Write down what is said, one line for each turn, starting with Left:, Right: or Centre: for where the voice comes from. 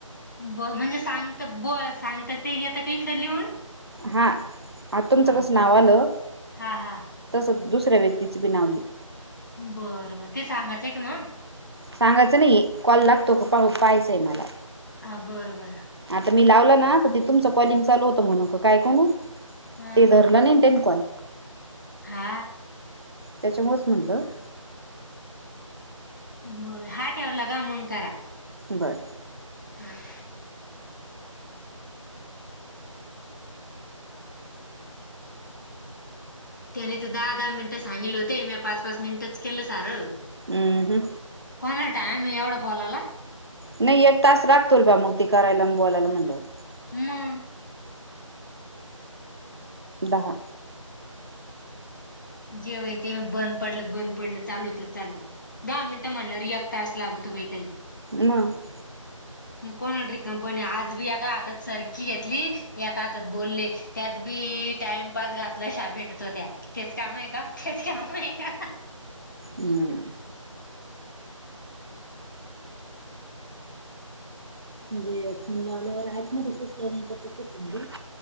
Left: ब म्हणजे सांगत ब सांगता तेता कही इकडे लिहून
Right: हा आा तुमचं
Left: हाव
Right: कस नाव आलं
Left: हा हा
Right: तस दुसऱ्या व्यक्तीची बी नाव लिह
Left: बरं बर ते सांगायचं आहे क म
Right: सांगायचं नाही कॉल लागतो क पा पाहायचंय मला
Left: हा बरं बर
Right: आता मी लावलं ना तर तुमच कॉलिंग चालू होत म्ह काय कोणू
Left: हा
Right: ते धरलं नाही कोण
Left: हा
Right: त्याच्यामुच म्हणलं
Left: बर हा ठेवला का मंग करा
Right: बरं
Left: हम त्यानी तर दहा दहा मिनट सांग होते म पाच पाच मिनिट केलं सार
Right: हम्
Left: को टाईम आहे एवढा बोलायला
Right: नाही एक तास राखतो र बा मग ती करायला बोलायला म्हणलं <unintelligible>
Left: मग
Right: दहा
Left: जेवण ते बंद पडलं बंद पडलं चालू तर चालू दहा मिनिटं म्हणलं रियाक तास लागतो बाई ताई
Right: म <unintelligible> <inaudible>
Left: कोण आरी कंपनी आज बी एका हातात सरखी घेतली एका हातात बोलले <inaudible> त्यात बी टाइमपास घातलं शा भेटतो त्या तेच काम आहे का तेच काम आहे का <unintelligible> <inaudible>
Right: हम्म <unintelligible> <inaudible> म्हणजे हेफोन लावल्यावर ऍप मध्ये सुचल न करत तेमी <unintelligible>